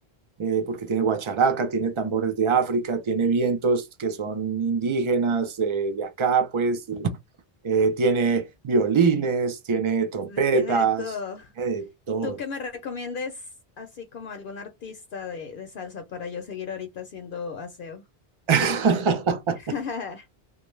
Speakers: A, on the right; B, on the left.
A: eh, porque tiene guacharaca, tiene tambores de África, tiene vientos que son indígenas eh, de acá, pues, eh, tiene violines, tiene trompetas,
B: De- Tiene de todo.
A: tiene de todo.
B: ¿Y tú qué me recomiendes así como algún artista de, de salsa para yo seguir ahorita haciendo aseo?
A: <laughs>
B: <laughs>